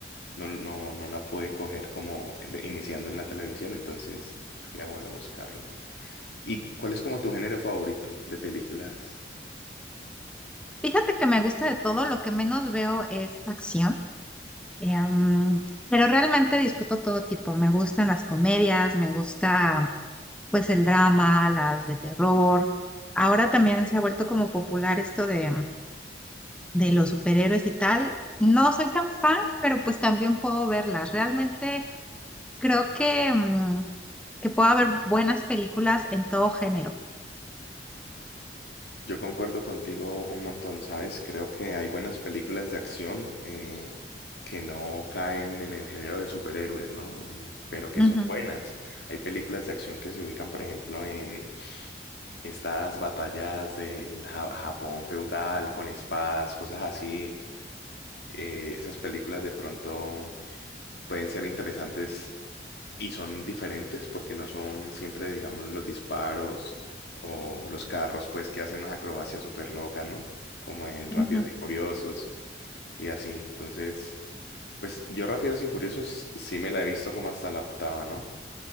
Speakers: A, on the left; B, in the centre.
A: no, no, no la pude coger como de- iniciando en la televisión, entonces sería bueno buscarla. ¿Y cuál es como tu género favorito de películas?
B: Fíjate que me gusta de todo, lo que menos veo es acción, em, pero realmente disfruto todo tipo. Me gustan las comedias, me gusta pues el drama, las de terror. Ahora también se ha vuelto como popular esto de, de los superhéroes y tal. No soy tan fan, pero pues también puedo verlas. Realmente creo que, mm, que puedo haber buenas películas en todo género.
A: Yo concuerdo contigo un montón, ¿sabes? Creo que hay buenas películas de acción eh, que no caen en el género de superhéroes, ¿no? Eh, pero que
B: Ujú,
A: son buenas. Hay películas de acción que se ubican, por ejemplo, en estas batallas de Japón feudal con espadas, cosas así. Eh, esas películas de pronto pueden ser interesantes y son diferentes porque no son siempre, digamos, los disparos o los carros, pues, que hacen unas acrobacias súper locas, ¿no? Como en Rápidos
B: ujú.
A: y Furiosos y así. Entonces, pues yo Rápidos y Furiosos sí me la he visto como hasta la octava, ¿no?